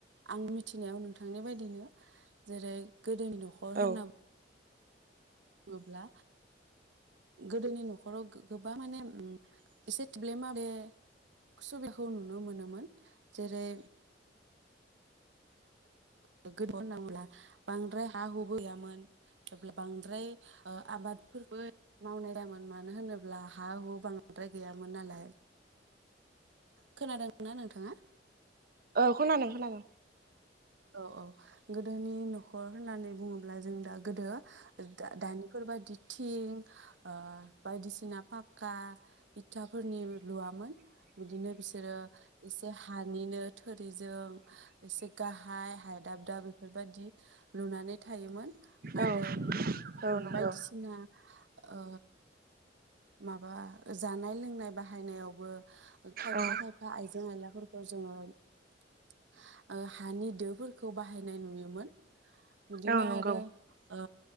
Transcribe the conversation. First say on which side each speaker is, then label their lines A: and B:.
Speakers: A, on the right; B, on the right.
A: आं मिथिनायाव नोंथांनि बायदिनो जेरै गोदोनि न'खर
B: औ
A: होनना बुङोब्ला गोदोनि न'खराव गोबां माने एसे थोब्ले माब्ले सुबिदाखौ नुनो मोनोमोन जेरै गोथौ होनना बुङोब्ला बांद्राय हा हु गैयामोन जेब्ला बांद्राय आबाद फोरबो मावनाय दामोन मानो होनोब्ला हा हु बांद्राय गैयामोन नालाय। खोनादों नोंथाङा?
B: औ खोनादों खोनादों।
A: औ औ गोदोनि न'खर होननानै बुङोब्ला जों दा गोदो दानि बेफोरबायदि थिं ओ बायदिसिना पाक्का इथाफोरनि लुवामोन बिदिनो बिसोरो एसे हानिनो थोरिजों एसे गाहा य हाय दाब दाब बेफोरबायादि लुनानै थायोमोन आरो
B: औ औ नंगौ
A: बायदिसिना ओ माबा जानाय लों नाय बाहायनायावबो खायफा
B: औ
A: खायफा आइजें आयलाफोरखौ जोङो <inaudible> ओ हानि दोफोरखौ बाहायनाय नुयोमोन बिदिनो
B: औ नंगौ
A: आरो ओ